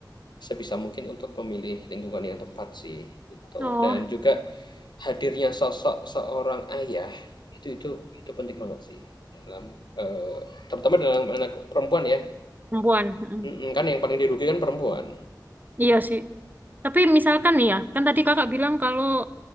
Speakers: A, on the left; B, on the right.
A: sebisa mungkin untuk memilih lingkungan yang tepat sih gitu.
B: Oh.
A: Dan juga hadirnya sosok seorang ayah itu itu itu penting banget sih dalam eh, terutama dalam anak perempuan ya
B: Perempuan. mm.
A: Mhm, kan yang paling dirugikan perempuan.
B: Iya sih. Tapi misalkan nih ya, kan tadi kakak bilang kalau